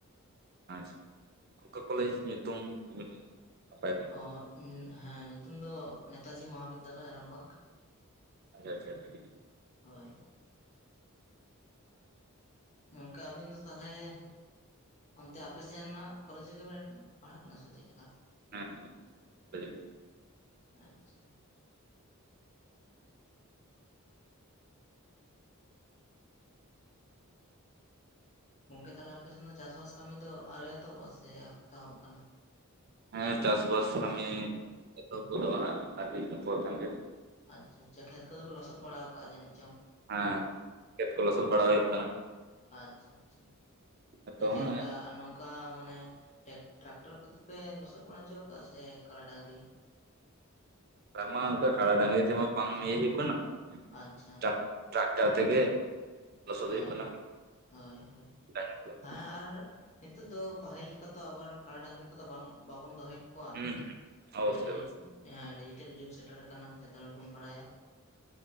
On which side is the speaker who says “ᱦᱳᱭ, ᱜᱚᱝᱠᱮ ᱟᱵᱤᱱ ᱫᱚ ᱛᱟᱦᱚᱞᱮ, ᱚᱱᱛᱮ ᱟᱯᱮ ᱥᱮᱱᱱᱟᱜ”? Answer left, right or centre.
Left